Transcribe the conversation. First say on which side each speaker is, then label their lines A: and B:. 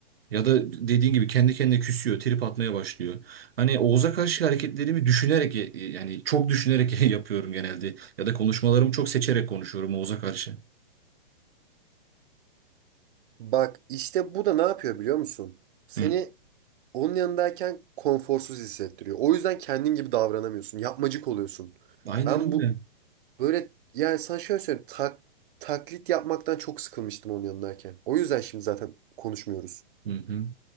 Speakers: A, on the right; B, on the right.
A: Ya da dediğin gibi kendi kendine küsüyor, trip atmaya başlıyor. Hani Oğuz'a karşı hareketlerimi düşünerek e, e, yani çok düşünerek <laughs> yapıyorum genelde. Ya da konuşmalarımı çok seçerek konuşuyorum Oğuz'a karşı.
B: Bak işte bu da ne yapıyor biliyor musun? Seni
A: Hı.
B: onun yanındayken konforsuz hissettiriyor. O yüzden kendin gibi davranamıyorsun. Yapmacık oluyorsun.
A: Aynen
B: Ben
A: öyle.
B: bu böyle yani sana şöyle söyleyeyim. tak- taklit yapmaktan çok sıkılmıştım onun yanındayken. O yüzden şimdi zaten konuşmuyoruz.
A: Hı hı.